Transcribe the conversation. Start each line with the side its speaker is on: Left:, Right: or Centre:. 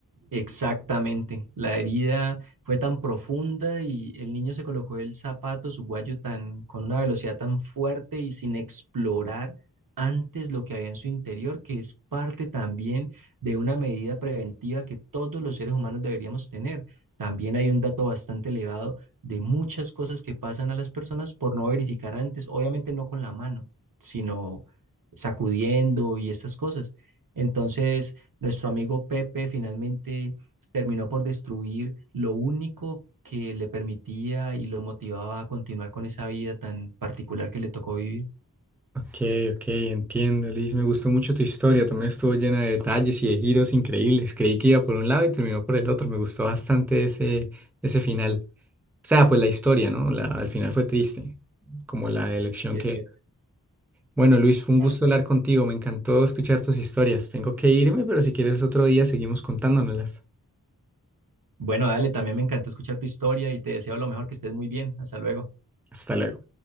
Right: Exactamente. La herida fue tan profunda y el niño se colocó el zapato, su guayo tan, con una velocidad tan fuerte y sin explorar antes lo que había en su interior, que es parte también de una medida preventiva que todos los seres humanos deberíamos tener. También hay un dato bastante elevado de muchas cosas que pasan a las personas por no verificar antes, obviamente no con la mano, sino sacudiendo y estas cosas. Entonces, nuestro amigo Pepe finalmente terminó por destruir lo único que le permitía y lo motivaba a continuar con esa vida tan particular que le tocó vivir.
Centre: Ok, ok, entiendo, Liz. Me gustó mucho tu historia. También estuvo llena de detalles y de giros increíbles. Creí que iba por un lado y terminó por el otro. Me gustó bastante ese, ese final. O sea, pues la historia, ¿no? La, al final fue triste, como la elección
Right: Sí,
Centre: que...
Right: es cierto.
Centre: Bueno, Luis, fue un
Right: Claro.
Centre: gusto hablar contigo. Me encantó escuchar tus historias. Tengo que irme, pero si quieres otro día seguimos contándonoslas.
Right: Bueno, dale, también me encantó escuchar tu historia y te deseo lo mejor, que estés muy bien. Hasta luego.
Centre: Hasta luego.